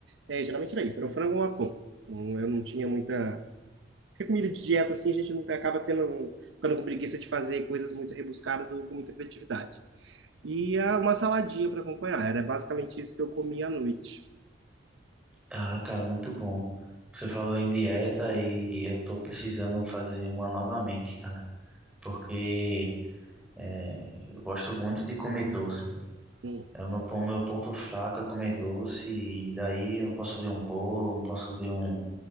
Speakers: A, on the right; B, in the centre.
A: é, geralmente era isso, era um frango ou um atum, Hum, eu não tinha muita... Porque comida de dieta, assim, a gente não acaba tendo, ficando com preguiça de fazer coisas muito rebuscadas ou com muita criatividade. E ah, uma saladinha para acompanhar. Era basicamente isso que eu comia à noite.
B: Ah, cara, muito bom. Você falou em dieta e eu tô precisando fazer uma novamente, cara, porque é, eu gosto muito de comer doce, meu.
A: Hum,
B: É o meu, pon- meu ponto fraco é comer doce e daí eu não posso ver um bolo, não posso ver um,